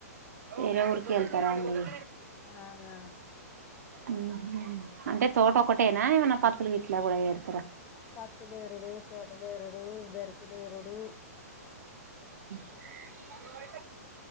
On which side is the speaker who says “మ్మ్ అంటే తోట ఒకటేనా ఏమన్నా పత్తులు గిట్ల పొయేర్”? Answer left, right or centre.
Right